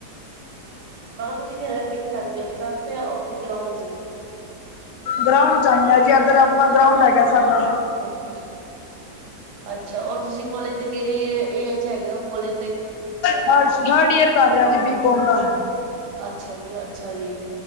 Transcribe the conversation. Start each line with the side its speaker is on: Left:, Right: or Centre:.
Right: ਮਾਲੋ ਤੁਸੀਂ ਖੇਲਣ ਕਿਥੇ ਜਾਂਦੇ ਓ, ਤਰਫ ਯਾ ਓਥੇ ਗਰਾਉਂਡ ਇਚ?
Left: ਗਰਾਉਂਡ ਜਾਂਦੇ ਆ ਜੀ। ਐਧਰ ਆਪਾਂ ਗਰਾਉਂਡ ਹੈਗਾ ਸਾਡਾ।
Right: ਓਕੇ ਜੀ, ਅੱਛਾ ਔਰ ਤੁਸੀਂ ਕੋਲੇਜ ਦੇ ਕੇੜੇ ਈਅਰ ਚ ਹੈਗੇ ਓ, ਕੋਲੇਜ ਦੇ?
Left: ਥਰਡ, ਥਰਡ ਈਅਰ ਕਰ ਰਿਆ ਜੀ ਬੀਕੋਮ ਦਾ।
Right: ਅੱਛਾ ਜੀ ਅੱਛਾ ਜੀ,